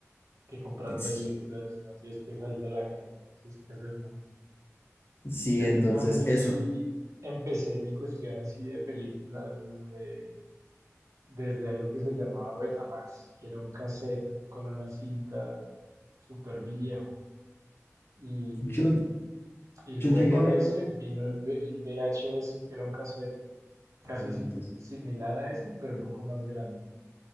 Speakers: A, on the right; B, on the left.
A: que comprar
B: Sí,
A: películas. No tienes que salir a la calle, no tienes que hacer nada.
B: Sí,
A: Yo en
B: entonces
A: cambio
B: eso.
A: sí empecé mi cuestión así de películas desde, desde algo que se llamaba Betamax, que era un cassette con una cinta súper viejo. Y,
B: Yo,
A: y luego
B: yo llegué a ver.
A: de ese vino el, V- el VHS, que era un cassette casi
B: Ah, no,
A: si-
B: entonces.
A: similar a ese, pero un poco más grande.